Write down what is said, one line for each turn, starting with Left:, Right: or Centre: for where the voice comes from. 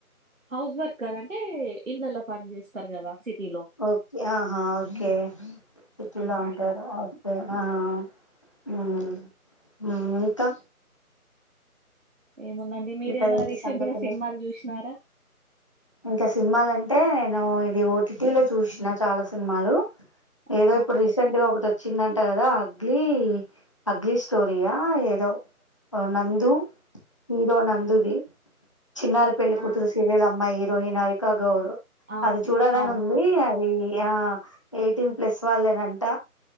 Right: హౌస్ వర్కర్ అంటే ఇండ్లల్ల పని చేస్తరు గదా సిటీలో
Left: ఓకే ఆహా ఓకే సిటీలో
Right: ఆ
Left: ఉంటారా
Right: అట్లా
Left: ఓకె ఆ ఆ ఆ
Right: హ్మ్
Left: ఉమ్ ఇంకా
Right: ఏముందండి మీరు
Left: ఇంకా
Right: ఏమన్న
Left: ఏంటి
Right: రీసెంట్
Left: సంగతులు
Right: గ సినిమాలు చూసినారా
Left: ఇంక సినిమాలంటే నేను ఇది ఓ టి టీ లో చూసిన చాలా సినిమాలు ఏదో
Right: ఆ
Left: ఇప్పుడు రీసెంట్ గ ఒకటోచ్ చిందంట గదా అగ్లీ అగ్లీ స్టోరియా ఏదో నందు హీరో నందుది చిన్నారి ప్ పెళ్లి కూతురు
Right: ఆ
Left: సీరియల్ అమ్మాయి హీరోయిన్ అవికా గౌర్
Right: అవును
Left: అది చూడాలని
Right: అవును
Left: ఉందీ అద్ ఇ ఆ ఎయిటీన్ ప్లస్ వాళ్ళేనంట